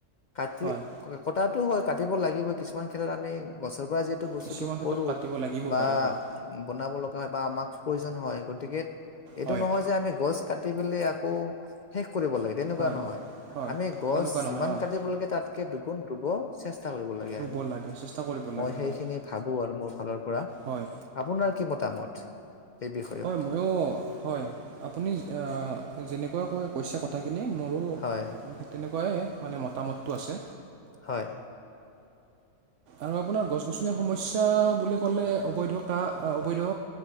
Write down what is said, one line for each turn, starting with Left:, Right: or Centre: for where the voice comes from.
Left: কাটি
Right: হয়
Left: কটাতো হয় কাটিব লাগিব কিছুমান ক্ষেত্ৰত আমি গছৰ যিহেতু বস্তুটো
Right: কিছুমান ক্ষেত্ৰত
Left: কৰো
Right: কাটিব লাগিব
Left: বা
Right: পাৰে হয়
Left: বনাব লগা হয় বা আমাক প্ৰয়োজন হয় গতিকে এইটো
Right: হয়
Left: নহয় যে আমি গছ কাটি পেলে আকৌ শেষ কৰিব লাগে তেনেকুৱা
Right: হয়
Left: নহয়
Right: হয়
Left: আমি গছ
Right: তেনেকুৱা নহয়
Left: যিমান
Right: হয়
Left: কাটিব লাগে তাতকে দুগুণ ৰুব চেষ্টা কৰিব লাগে
Right: ৰুব
Left: আনে।
Right: লাগে চেষ্টা কৰিব লাগে
Left: মই সেইখিনি
Right: হয়
Left: ভাৱো আৰু মোৰ ফালৰ পৰা।
Right: হয়
Left: আপোনাৰ কি মতামত? এই বিষয়ত
Right: হয়, ময়ো হয়, আপুনি আ যেনেকুৱা কৈ কৈছে কথা খি- এনেই মৰো
Left: হয়
Right: তেনেকুৱাই মানে, মতামতটো আছে।
Left: হয়
Right: আৰু আপোনাৰ গছ -গছনিৰ সমস্যা বুলি ক'লে অবৈধ কা অবৈধ